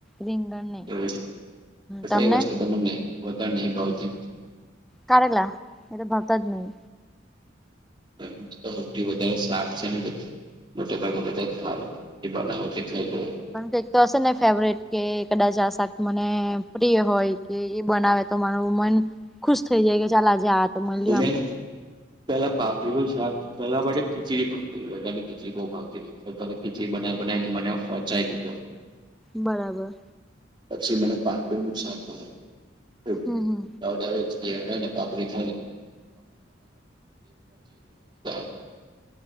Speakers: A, in the centre; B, on the right (about 25°).
A: રીંગણ નહી.
B: એવું છે, એ
A: તમને
B: કઈ વસતુ તમને વધારે નહી ભાવતી?
A: કારેલા, એ તો ભરતા જ નહી.
B: એમ સૌથી વધારે સાક છે ને બધ મોતે ભાગે બધાજ ભાવે, એ બનાવું તે ખાયલો.
A: પણ કઈકતો હશેને ફેવરેટ, કે કદાચ આ શાક મને પ્રિય હોય. કે એ બનાવે તો માર મન ખુશ થઈ જાય, કે ચાલ આજે આ તો મળ્યું
B: તુમે,
A: આમ
B: પેલા પાપરીનુ શાક. પેલા મને ખિચડી ભાવતી, ગર્લિક ખિચડી બહુ ભાવતી. તો તરે ખીચડી બનાવી બનાવીને મને ફોચાઈ દીધો.
A: બરાબર.
B: પછી મને પાપડી નુ શાક ભાવે ખુબ.
A: હમ હમ
B: <unintelligible> કિયા હોયને પાપડી <unintelligible>